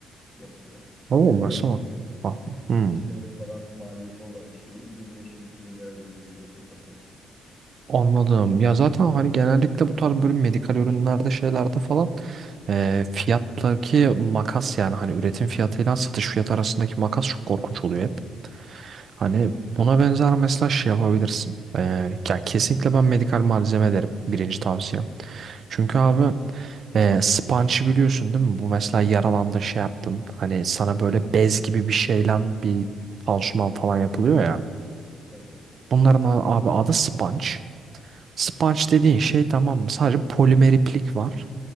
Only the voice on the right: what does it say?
Oo,
mesela.
Bak. Hı.
Anladım. Ya zaten hani genellikle bu tarz böyle medikal ürünlerde şeylerde falan eee fiyattaki makas yani hani üretim fiyatıyla satış fiyatı arasındaki makas çok korkunç oluyor hep. Hani buna benzer mesela şey yapabilirsin. Eee ya kesinlikle ben medikal malzeme derim. Birinci tavsiyem. Çünkü abi eee sponge'ı biliyorsun değil mi? Bu mesela yaralandın şey yaptın. Hani sana böyle bez gibi bir şeyle bir pansuman falan yapılıyor ya.
Bunların a- abi adı sponge. Sponge dediğin şey tamam mı? Sadece polimer iplik var.